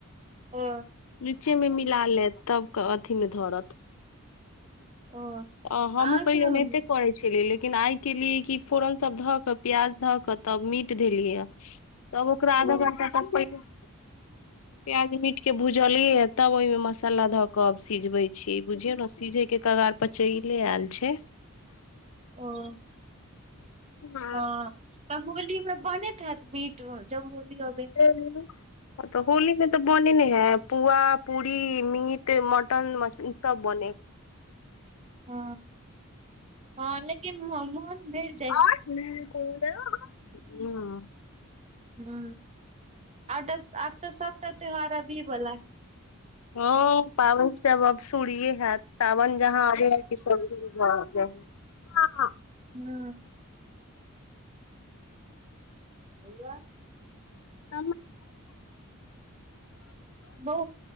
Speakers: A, on the right; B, on the left.
A: <unintelligible>
B: नीचे मे मिला लेत तब क अथी मे धरत
A: <unintelligible>
B: ओ हँ
A: अहाँ
B: हूम पहिल
A: केना
B: ओनाइते
A: बनबै
B: करै छलिए लेकिन आइ केली कि फोरन सब धऽ क प्याज धऽ क तब मीट धेलियै य तब ओकरा आधा
A: ओ
B: घंटा तक <unintelligible>
A: <inaudible>
B: प्याज मीट के भूजलिय तब ओहिमे मसाला धऽ के अब सिझबै छी बुझियौ ने सीझे के कगार पर पर चैले आए छै
A: ह
B: नहि
A: <inaudible> हँ तऽ होली मे बनैत है त मीट जब होली अ
B: <unintelligible> तऽ होली में तऽ बने ने हैं पुआ पूरी मीट मटन मछली ई सब बने है
A: हँ <inaudible> हँ लेकिन मोन भेल
B: <unintelligible>
A: ह <inaudible> आ त आब तऽ सबटा त्यौहार आबि बला
B: हँ पाबन सब अब शुरुए हयत सावन जहाँ आबै है सब शुरू भ जा है <unintelligible>
A: <unintelligible> <unintelligible>
B: <unintelligible>
A: बौआ